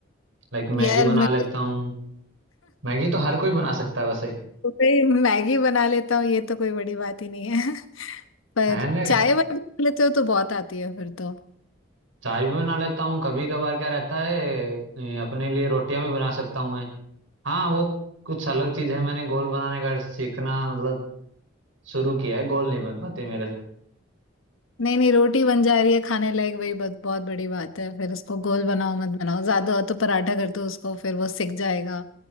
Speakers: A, on the right (about 80°); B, on the left (about 85°).
A: लाइक मैगी
B: यार
A: बना
B: मैं
A: लेता
B: तो
A: हूँ मैगी तो हर कोई बना सकता है वैसे
B: सुबह ही मैगी बना लेता हूँ ये तो कोई बड़ी बात ही नहीं है <laughs> पर
A: है ना
B: चाय वाय बना लेते हो तो बहुत आती है फिर तो
A: चाय भी बना लेता हूँ कभी कभार क्या रहता है ए, अपने लिए रोटियां भी बना सकता हूँ मैं हाँ वो कुछ अलग चीज है मैंने गोल बनाने का सीखना मतलब शुरू किया है गोल नहीं बन पाते मेरे से
B: नहीं नहीं रोटी बन जा रही है खाने लायक वही बहुत बहुत बड़ी बात है फिर उसको गोल बनाओ मत बनाओ ज्यादा हो तो पराठा कर दो उसको फिर वो सिक जाएगा